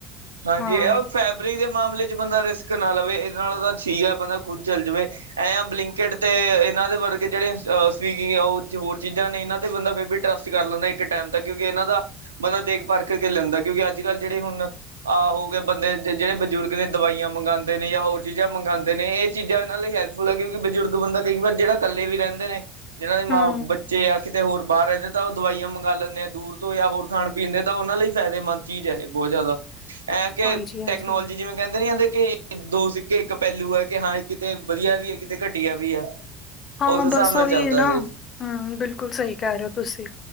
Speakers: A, on the right; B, on the left.
A: ਹਾਂਜੀ
B: ਹਾਂ
A: ਇਹ ਫੈਬਰਿਕ ਦੇ ਮਾਮਲੇ ਚ ਬੰਦਾ ਰਿਸਕ ਨਾ ਲਵੇ ਇਹਦੇ ਨਾਲ ਤਾਂ ਠੀਕ ਹੈ ਬੰਦਾ ਖੁਦ ਚੱਲ ਜਾਵੇ। ਐ ਬਲਿੰਕਟ ਤੇ ਇਹਨਾਂ ਦੇ ਵਰਗੇ ਜਿਹੜੇ ਸਵੀਗੀ ਹੋਰ ਚੀਜ਼ਾਂ ਨੇ ਇਹਨਾਂ ਤੇ ਬੰਦਾ ਫੇ ਕਰ ਲੈਂਦਾ ਇੱਕ ਟਾਈਮ ਤ ਕਿਉਂਕਿ ਇਹਨਾਂ ਦਾ ਬੰਦਾ ਦੇਖਭਾਲ ਕਰਕੇ ਲੈਂਦਾ ਕਿਉਂਕਿ ਅੱਜ ਕੱਲ੍ਹ ਜਿਹੜੇ ਹੁਣ ਆਹ ਹੋ ਗ ਬੰਦੇ ਜਿਹੜੇ ਬਜ਼ੁਰਗ ਨੇ ਦਵਾਈਆਂ ਮੰਗਉਦੇ ਨੇ ਜਾਂ ਹੋਰ ਚੀਜ਼ਾਂ ਮੰਗਉਦੇ ਨੇ ਇਹ ਚੀਜ਼ਾਂ ਇਹਨਾਂ ਲਈ ਹੈਲਪ ਫੁਲਾ ਕਿਉਂਕਿ ਬਜ਼ੁਰਗ ਬੰਦਾ ਕਈ ਵਾਰ ਜਿਹੜਾ ਇਕੱਲੇ ਵੀ ਰਹਿੰਦੇ ਨੇ ਜਿਹਨਾਂ ਦੇ ਮ
B: ਹੂੰ
A: ਬੱਚੇ ਆ ਕਿਤੇ ਹੋਰ ਬਾਹਰ ਰਹਿੰਦੇ ਤਾਂ ਉਹ ਦਵਾਈਆਂ ਮੰਗਵਾ ਲੈਂਦੇ ਆ ਦੂਰ ਤੋਂ ਜਾਂ ਹੋਰ ਖਾਣ ਪੀਣ ਦੇ ਤਾਂ ਉਹਨਾਂ ਲਈ ਫਾਇਦੇਮੰਦ ਚੀਜ਼ ਹੈ ਇਹ ਬਹੁਤ ਜ਼ਿਆਦਾ ਕਿ
B: ਹਾਂਜੀ-ਹਾਂਜੀ
A: ਟੈਕਨੋਲੋਜੀ ਜਿਵੇਂ ਕਹਿੰਦੇ ਨੀ ਕਿੰਦੇ ਕਿ ਦੋ ਸਿੱਕੇ ਇੱਕ ਪਹਿਲੂ ਹੈ ਕਿ ਹਾਂ ਕਿਤੇ ਵਧੀਆ ਵੀ ਹੈ ਕਿਤੇ ਘਟੀਆ ਵੀ ਆ
B: ਹਾਂ
A: ਉਸ ਹਿਸਾਬ
B: ਬਸ
A: ਨਾਲ
B: ਉਹੀ
A: ਚੱਲਦਾ
B: ਨਾ
A: ਇਹ
B: ਹਮ ਬਿਲਕੁਲ ਸਹੀ ਕਹਿ ਰਹੇ ਹੋ ਤੁਸੀਂ।